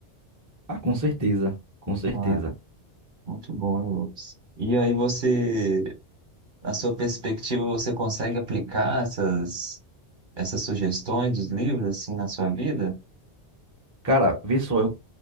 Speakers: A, on the right; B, on the right.
A: ah, com certeza, com certeza.
B: Ah, muito bom, hein, Lucas. E aí você, na sua perspectiva, você consegue aplicar essas, essas sugestões dos livros, assim, na sua vida?
A: Cara, vê só, eu